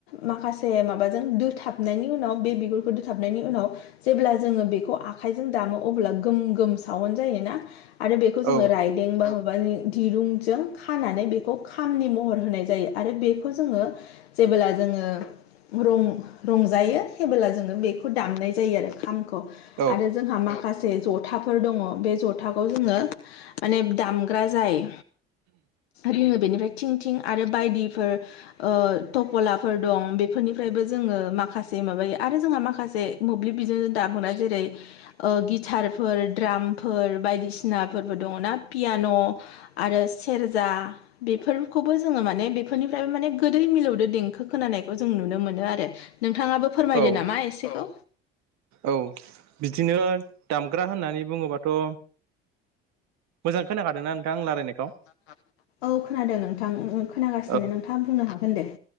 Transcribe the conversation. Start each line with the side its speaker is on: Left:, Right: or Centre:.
Left: माखासे माबाजों दोथाबनायनि उनाव बे बिगुरखौ दोथाबनायनि उनाव जेब्ला जोङो बेखौ आखाइजों दामो अब्ला गोम गोम सावन जायोना? आरो बेखौ जोङो
Right: औ
Left: राइ जेंबा माबानि दिरुंजों खानानै बेखौ खामनि महर होनाय जायो। आरो बे खौ जोङो जेबोब्ला जोङो रं रंजायो हेबोला जोङो बेखौ दामनाय जायो आरो खामखौ
Right: औ
Left: आरो जोंहा मा खासे जथाफोर दङ बे जथाखौ जोङो माने दामग्रा जाय रोङो बेनिफ्राय थिं थिं आरो बायदिफोर ओ थफलाफोर दं बेफोरनिफ्रायबो जोङो माखासे माबायो आरो जोंहा माखासे मोब्लिब बिजोंजों दामोना जेरै ओ गिटारफोर द्रामफोर बायदिसिनाफोरबो दङ ना पियान' आरो सेरजा बेफोरखौबो जोङो माने बेफोरनिफ्रायबो माने गोदै मिलौदो देंखो खोनानायखौ जों नुनो मोनो आरो नोंथाङाबो फोरमायदो
Right: औ
Left: नामा एसेखौ
Right: औ बिदिनो दामग्रा होननानै बुङोबाथ' मोजां खोनाखादों नोंथां आ रालायनायखौ?
Left: <inaudible> औ खोनादों नोंथां ओं ओं खोनागासिनो
Right: औ
Left: नोंथाङा बुंनो हागोन दे।